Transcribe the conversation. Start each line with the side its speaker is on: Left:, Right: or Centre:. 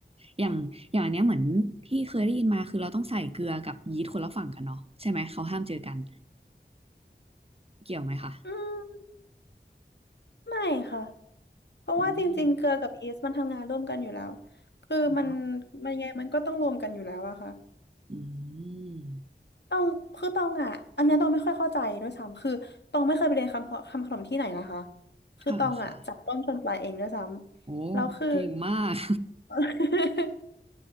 Right: อย่างอย่างอันเนี้ยเหมือนที่เคยได้ยินมาคือเราต้องใส่เกลือกับยีสต์คนละฝั่งกันเนาะใช่ไหมเขาห้ามเจอกันเกี่ยวไหมคะ
Left: อืมไม่ค่ะเพราะว่าจริงๆเกลือกับยีสต์มันทำงานร่วมกันอยู่แล้ว
Right: อืม
Left: คือมัน
Right: อ๋อ
Left: มันยังไงมันก็ต้องรวมกันอยู่แล้วอะค่ะ
Right: อืม
Left: ตองคือตองอะอันเนี้ยตองไม่ค่อยเข้าใจด้วยซ้ำคือตองไม่เคยไปเรียนคำคำขนมที่ไหนนะคะคือตองอะจับต้นชนปลายเองด้วยซ้ำแล้วคือ
Right: ค่ะค่ะโอ้เก่งมาก
Left: <laughs>